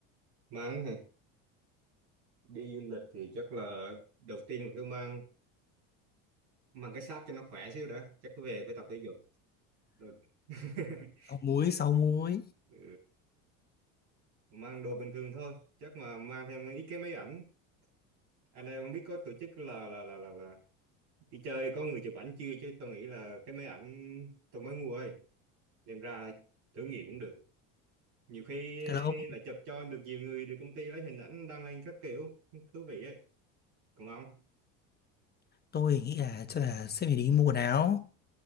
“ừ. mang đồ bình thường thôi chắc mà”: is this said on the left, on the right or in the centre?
Right